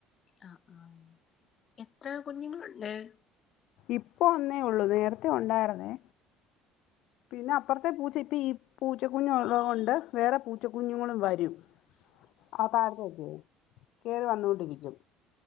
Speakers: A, on the left; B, on the left.
A: ആ ആ എത്ര കുഞ്ഞുങ്ങൾ ഇ <inaudible>
B: ഇപ്പൊ ഒന്നേ ഉള്ളൂ നേരത്തെ ഒണ്ടായിരുന്നേ പിന്നെ അപ്പുറത് പൂച്ച ഇപ്പ ഈ പൂച്ചക്കുഞ്ഞുള്ളകൊണ്ട് വേറെ പൂച്ചക്കുഞ്ഞുങ്ങളും വരും <unintelligible> കേറി വന്നോണ്ടിരിക്കും